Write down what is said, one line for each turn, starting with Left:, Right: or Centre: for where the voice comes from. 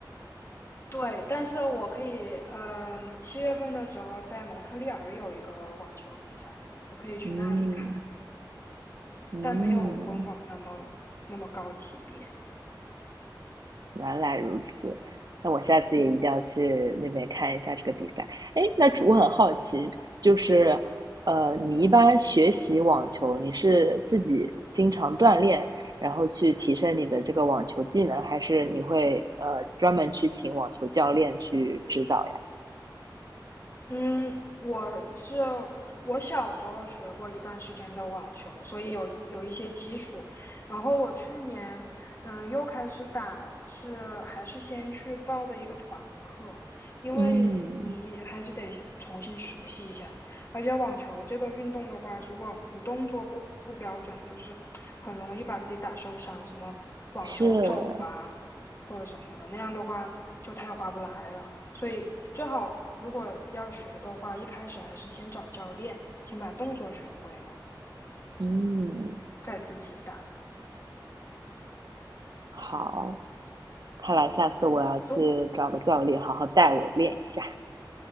Left: 对，但是我可以，嗯、七月份的时候在蒙特利尔有一个网球比赛，我可以去那里看，
Right: 嗯嗯，
Left: 但没有温网那么那么高级别。
Right: 原来如此，那我下次也一定要去那边看一下这个比赛。哎，那我很好奇，就是呃，你一般学习网球，你是自己经常锻炼，然后去提升你的这个网球技能，还是你会呃专门去请网球教练去指导呀？
Left: 嗯，我是我小时候学过一段时间的网球，所以有有一些基础。然后我去年，嗯，又开始打，是还是先去报的一个团课，因为你还是得重新熟悉一下。
Right: 嗯。
Left: 而且网球这个运动的话，如果你动作不不标准，就是很容易把自己打受伤，什么网球肘啊或者什么的，
Right: 是，
Left: 那样的话就太划不来了。所以最好如果要学的话，一开始还是先找教练，先把动作学会了，
Right: 嗯，
Left: 再自己打。
Right: 好，看来下次我要去找个教练，
Left: 如
Right: 好好带我练一下。